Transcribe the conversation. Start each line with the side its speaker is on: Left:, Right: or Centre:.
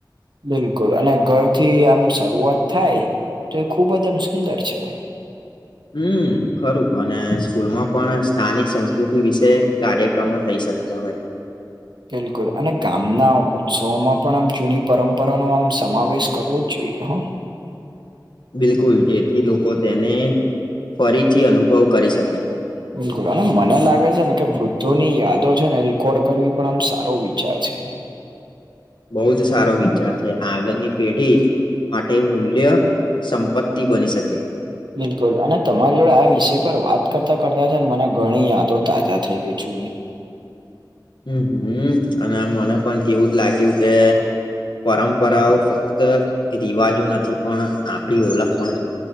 Right: બિલકુલ અને ઘર થી આમ શરૂઆત થાય તો એ ખુબ જ એમ સુંદર છે.
Left: હમ્મ ખરું અને સ્કૂલમાં પણ સ્થાનિક સંસ્કૃતિ વિશે કાર્યક્રમો થઈ શકતા હોય.
Right: બિલકુલ અને ગામના ઉત્સવમાં પણ આમ જૂની પરંપરાનોો આમ સમાવેશ કરવો જ જોઈએ હા
Left: બિલકુલ જેથી લોકો તેને ફરીથી અનુભવ કરી શકે.
Right: બિલકુલ અને મને લાગે છે ને કે વૃદ્ધો ની યાદો છે ને રેકોર્ડ કરવી પણ આમ સારો વિચાર છે.
Left: બહ જ સારો વિચાર છે, આગળની પેઢી માટે મૂલ્ય સંપત્તિ બની શકે,
Right: બિલકુલ અને તમારી જોડે આ વિષય પર વાત કરતા કરતા છે ને મને ઘણી યાદો તાજા થઈ ગઈ છુ.
Left: હમ્મ હમ્મ અને મને પણ એવું જ લાગ્યું કે પરંપરાઓ ફક્ત રિવાજો નથી પણ આપણી ઓળખ પણ છે.